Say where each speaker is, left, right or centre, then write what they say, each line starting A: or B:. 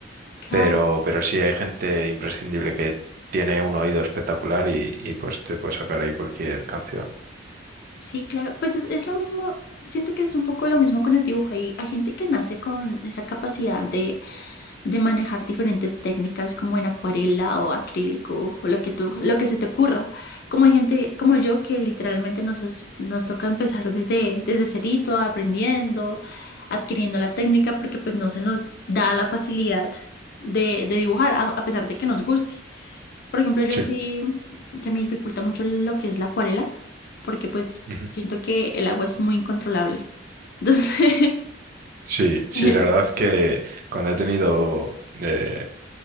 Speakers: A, on the left (about 55°); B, on the right (about 45°).
A: Claro.
B: Pero, pero sí hay gente imprescindible que tiene un oído espectacular y, y pues te puede sacar ahí cualquier canción.
A: Sí, claro. Pues es, es lo mismo, siento que es un poco lo mismo con el dibujo. Hay, hay gente que nace con esa capacidad de de manejar diferentes técnicas como en acuarela o acrílico o lo que tú, lo que se te ocurra. Como hay gente como yo que literalmente nos, es- nos toca empezar desde, desde cerito, aprendiendo, adquiriendo la técnica porque pues no se nos da la facilidad de, de dibujar a, a pesar de que nos guste. Por ejemplo, yo
B: Sí,
A: sí que me dificulta mucho lo que es la acuarela porque pues
B: ujú.
A: siento que el agua es muy incontrolable. Entonces,
B: Sí, sí,
A: <laughs>
B: la verdad es que cuando he tenido eh,